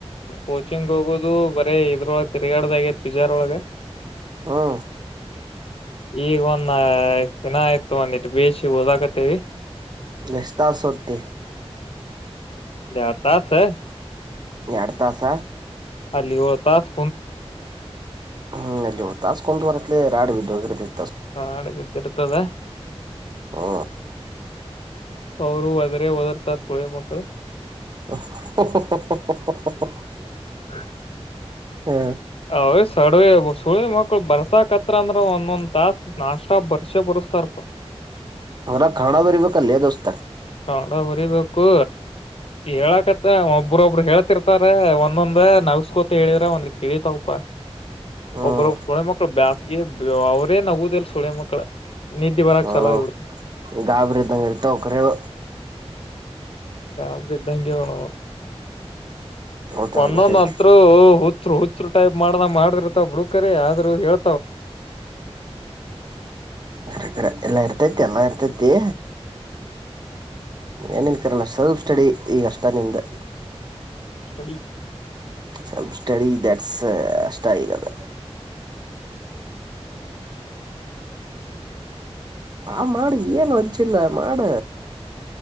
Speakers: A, on the left; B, on the right.
A: ಕೋಚಿಂಗ್ ಹೋಗೋದು ಬರೀ ಇದ್ರ ತಿರುಗಾಡೋದ್ <unintelligible> ಒಳಗ.
B: ಹ್ಮ್ಮ್.
A: ಈಗ ಒಂದ ಇಷ್ಟ್ ದಿನ ಆಯ್ತು ಒಂದಿಟ್ ಬೇಶ್ ಓದಾಕತ್ತೇವಿ.
B: ಎಷ್ಟ್ ತಸ್ ಹೋತೀ.
A: ಒಂದ್ ಎರಡ್ ತಾಸು.
B: ಎರಡ್ ತಾಸ.
A: ಅಲ್ಲಿ ಯೋಳ್ ತಸ್.
B: ಹ್ಮ್ ಅಲ್ಲಿ ಯೋಳ್ ತಸ್ ಕುಂತ್ ಓದತ್ಲಿ ರಾಡಿ ಬಿದೋಗಿರ್ತತಿ.
A: ರಾಡಿ ಬಿದಿರ್ತದ.
B: ಹೋ.
A: ಅವರು ಅದ್ರ ಓದರ್ತಾರ್ <unintelligible> ಮಕ್ಕಳು.
B: <unintelligible>
A: <unintelligible>
B: ಹ್ಮ
A: ಅವ್ ಸಡವ ಸುಳ ಮಕ್ಳು ಬರ್ಸಾಕತ್ರ ಅಂದ್ರ ಒಂದೊಂದ್ ತಾಸ ನಾಷ್ಟ ಬರ್ಸೆ ಬರ್ಸ ತರ್ಪ.
B: ಅವರ ಕನ್ನಡ ಬರ್ಬೇಕಲ್ಲೇ ದೋಸ್ತ.
A: ಕೌಡ ಬರಿಬೇಕು ಹೇಳಕತ್ತ ಒಬ್ಬ್ರೊಬ್ರು ಹೇಳ್ತಿರ್ತಾರೆ ಒಂದೊಂದು ನಗ್ಸ್ಕೋತ ಹೇಳಿದ್ರ ಒಂದ್ತಿಳೀತಾವಪ್ಪಾ.
B: ಹ್ಮ್
A: ಒಬ್ಬ್ರಬ್ <unintelligible> ಮಕ್ಳ ಬ್ಯಾಸಗೆ ಅವ್ರೇ ನಗುದಿಲ್ಲ <unintelligible> ಮಕ್ಳ. ನಿದ್ದಿ ಬರಾಕ್
B: ಹ
A: ಚಲೋ ಆಗ್ಬಿಡ್ತ
B: ಗಾಬರಿ ಇದ್ದಂಗ ಇರ್ತಾವ ಕರೆ ಅವು.
A: ಗಾಬ್ರಿ ಇದ್ದಂಗೆ ಅವ್ನವ.
B: ಗೊತ್ತದ
A: ಒಂದೊಂದ್
B: ಗೊತ್ತೈತಿ
A: ಅಂತ್ರು ಹುಚ್ಚರು ಹುಚ್ಚರು ಟೈಪ್ ಮಾಡನ ಮಾಡಿರ್ತ ಬುಡ್ಕ್ರ ಆದ್ರರು ಹೇಳ್
B: ಕರೆ ಕರೆ ಎಲ್ಲಾ ಇರ್ತೇತ್ ಎಲ್ಲಾ ಇರ್ತೈತಿ. ಏನ್ ಕಣ ಸೆಲ್ಫ್ ಸ್ಟಡಿ ಈಗ ಅಷ್ಟ ನಿಂದು.
A: ಸ್ಟಡಿ
B: ಸಲ್ಫ ಸ್ಟಡಿ ದ್ಯಾಟ್ಸ್ ಅಷ್ಟ ಈಗದ. ಆ ಮಾಡ ಏನ್ ವಜ್ಜಿಲ್ಲ ಮಾಡ.